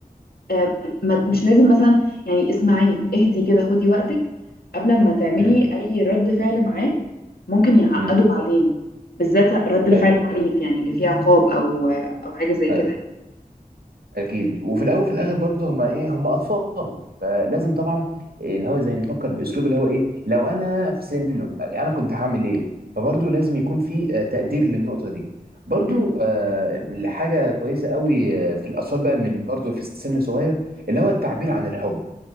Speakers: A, on the left; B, on the right.
A: آه، ما- مش لازم مثلا يعني اسمعيه اهدي كده خدي وقتك قبل ما تعملي
B: امم
A: اي رد فعل معاه ممكن يعقده
B: امم
A: بعدين بالذات رد الفعل
B: ايوه
A: العنيف يعني اللي فيه عقاب او او حاجة زي
B: ايوه
A: كده
B: اكيد وفي الاول وفي الاخر برضه هما ايه هما اطفال فلازم طبعا إيه اللي هو زي نفكر باسلوب اللي هو ايه لو انا في سنه انا كنت هعمل ايه فبرضه لازم يكون في آه، تقدير للنقطه دي برضه
A: مم.
B: آه، حاجه كويسه قوي آه، في الاطفال بقى من برضه في السن الصغير اللي هو التعبير عن الحب